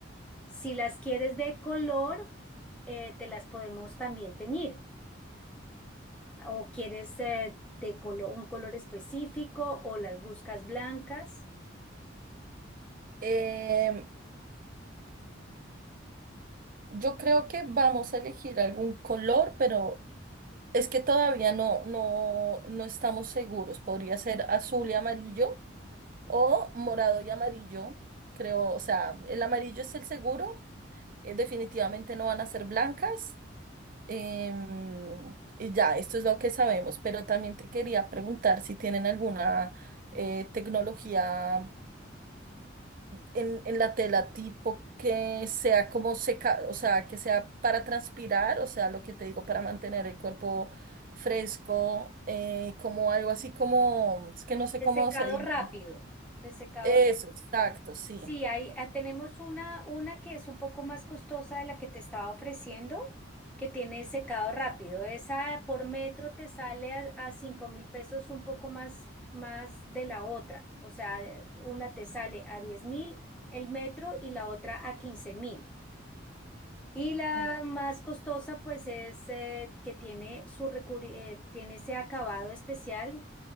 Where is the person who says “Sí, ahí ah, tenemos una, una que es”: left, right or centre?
Centre